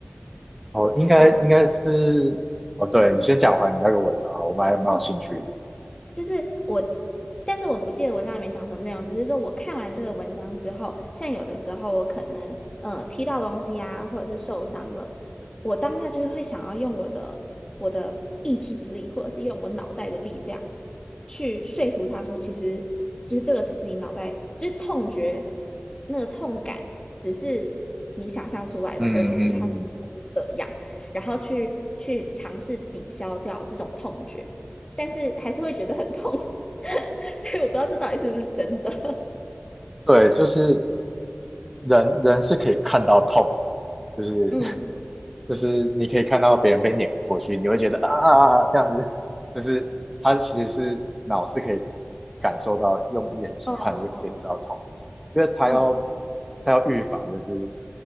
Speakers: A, in the centre; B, on the left.
A: 哦，应该应该是，
B: 那。
A: 哦，对你先讲完你那个文章啊，
B: 方
A: 我们还蛮有兴趣的。
B: 哦。就是我，但是我不记得文章里面讲什么内容，只是说我看完这个文章之后，像有的时候我可能呃踢到东西呀、或者是受伤了，我当下就会想要用我的我的意志力，或者是用我脑袋的力量去说服他说，其实就是这个只是你脑袋，就是痛觉那个痛感，只是你想象出来的，
A: 嗯嗯嗯，
B: 而不是它实际上是这样，然后去去尝试抵消掉这种痛觉。但是还是会觉得很痛，<laughs> 所以我不知道这到底是不是真的。<laughs>
A: 对，就是人人是可以看到痛的哦就是
B: 嗯，
A: <laughs> 就是你可以看到别人被碾过去，你会觉得啊啊啊啊这样子，就是他其实是脑是可以感受到，用眼睛看就可以知道痛，
B: 哦，嗯
A: 因为他要
B: 嗯
A: 他要预防就是